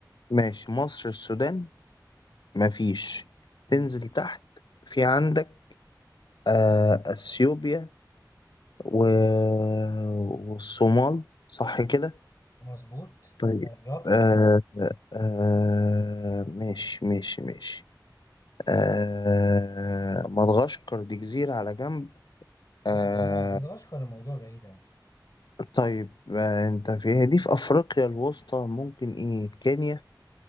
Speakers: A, on the left; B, on the left.
A: ماشي مصر السودان مفيش تنزل
B: امم
A: تحت في عندك آه اثيوبيا و... والصومال صح كده
B: مظبوط
A: طيب
B: قربت
A: آه آه ماشي ماشي ماشي آه مدغشقر دي جزيرة على جنب
B: لا
A: آه
B: بقى ما تغشكر الموضوع بعيد يعني
A: طيب آه انت فيها دي في افريقيا الوسطى ممكن ايه كينيا